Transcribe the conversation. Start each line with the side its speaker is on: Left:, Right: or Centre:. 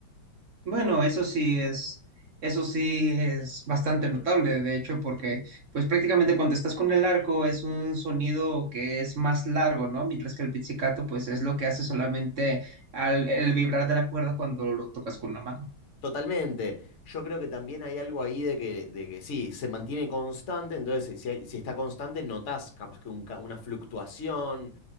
Right: Bueno, eso sí es, eso sí es bastante notable, de hecho, porque pues prácticamente cuando estás con el arco es un sonido que es más largo, ¿no? Mientras que el pizzicato pues es lo que hace solamente al, el vibrar de la cuerda cuando lo tocas con la mano.
Left: Totalmente. Yo creo que también hay algo ahí de que, de que sí, se mantiene constante, entonces si, si hay- si está constante, notás capaz que un ca- una fluctuación